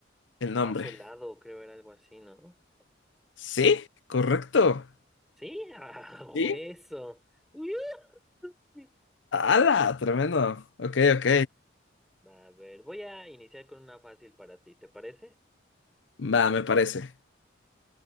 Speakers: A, on the left; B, in the centre.
A: El nombre.
B: Paso helado, creo era algo así, ¿no?
A: ¿Sí? Correcto.
B: Sí, <laughs> a hueso.
A: ¿Sí?
B: Uy, uy.
A: ¡Hala! Tremendo. Ok, ok.
B: Va, a ver, voy a iniciar con una fácil para ti, ¿te parece?
A: Va, me parece.